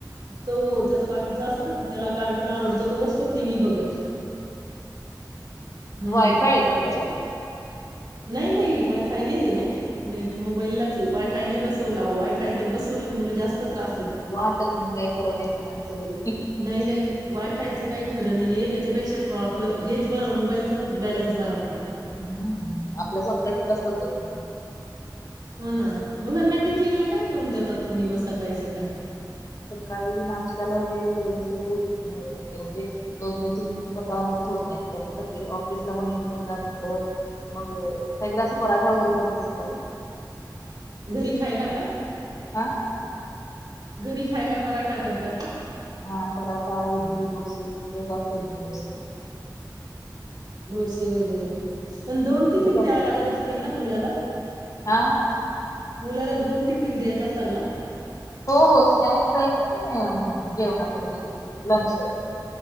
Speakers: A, on the right; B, on the left.
A: तो त्याच बाकीच असतं ना त्याला कार्टून आवडतो तो बसतो टीव्ही बघत हम्म.
B: वायफाय आहे का तुमचं
A: नाही नाही वायफाय नाही नेट मोबाईल ला वायफाय नाही बसवला वायफाय जर बसव ना मु जास्त त्रास देतात
B: आता तुम्ही काय खर नाही मुलांचं राईल
A: नाही नाही वायफायचं काही खरं नाही हे त्याच्यापेक्षा क आपलं हेच बरं मोबाईलचाच बॅलन्स बरा पडतो
B: हम् आपल्या संपलं की बसतात ग
A: हो ना मुलांना टिफिन ला काय करून देतात तुम्ही मग सकाळी सकाळी
B: सकाळी नाश्याला जे तेल असते ते तितीमुळे य म्हणजे दोन दोन तीन तन प्रकार आमच्यात होत नाहीत कारण सगळे ऑफिसला पणले जात म्हलं मग काग्र अस पराठा वगैरे करतो शकाल
A: <inaudible> घरी खायला का
B: हा
A: घरी खायला पराठा करता का
B: हा पराठ एकी दोस जास्ती एकेत दडोस
A: डोसे वगैरे पण दोन
B: तुम्ही
A: टिफिन
B: काय करता
A: द्यावा लागत असतील ना मुलाला
B: हा
A: मुलाला दोन टिफिन देत असाल ना
B: हो हो स्नॅक्स आहे आणि घेऊन आता लंचचा आहे